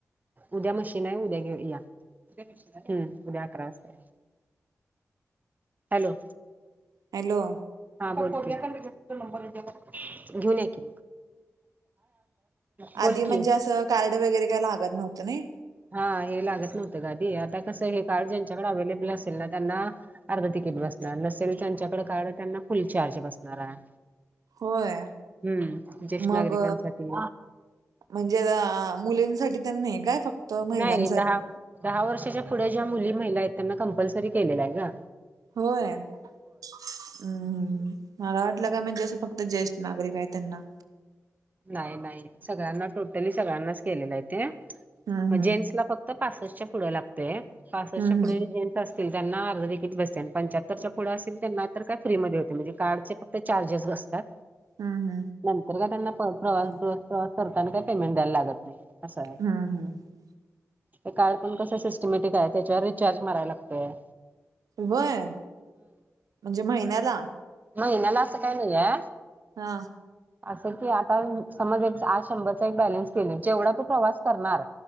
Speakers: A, on the right; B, on the right.
A: उद्या मशीनय उद्या घेऊ या हम उद्या अकरा वाजता. हॅलो.
B: हॅलो.
A: हा बोला कि, घेऊन या की. बोल
B: आधी म्हणजे
A: की
B: असं कार्ड वगैरे काय कायला लागत नव्हतं नाइं.
A: हा हे लागत नव्हतं गं आदी, आता कसं हे कार्ड ज्यांच्याकडे अवेलेबल असेल ना त्यांना अर्ध तिकीट बसणार नसेल त्यांच्याकडे कार्ड त्यांना फुल चार्ज बसणार आहे.
B: होय
A: हम्म ज्येष्ठ
B: मग
A: नागरिकांसाठी
B: म्हणजे अ, मुलींसाठी तेन नाही काय फक्त महिलांसाठी
A: नाही, धा- धा वर्षाच्या पुढे ज्या मुली, महिला आहेत त्यांना कंपल्सरी केलेलं आहे गं.
B: होय हम्म -हम्म मला वाटलं का म्हणजे जसं फक्त ते ज्येष्ठ नागरिक आहे त्यांना.
A: नाही -नाही सगळ्यांना टोटली सगळ्यांनाच केलेलं आहे ते
B: हम्म
A: मग जेंट्सला फक् क्त पासष्टच्या पुढ लागतय, पासष्टच्या
B: हम्म
A: पुढे जेन असतील त्यांना अर्ध तिकिट बसतय आणि पंच्याहत्तरच्या पुढं असतील त्यांना तर काय फ्रीमध्ये होतय म्हणजे कार्डचे ते चार्जेस बसतात.
B: हा ना.
A: नंतर काय त्यांना प्र प्रवास बस प्रवास करताना काय पेमेंट द्यायला लागत नाही असय.
B: हम्म हम्म हम्म
A: हे कार्ड पण कसं सिस्टमॅटिक आहे त्याच्यावर रिचार्ज मारायला लागतय.
B: व्हय, म्हणजे महिन्याला?
A: महिन्याला असं काही नाहीये.
B: हा.
A: ह <inaudible> असं की आता समज एक आज शंभरचा एक बॅलन्स केलोय, जेवढा तू प्रवास करणार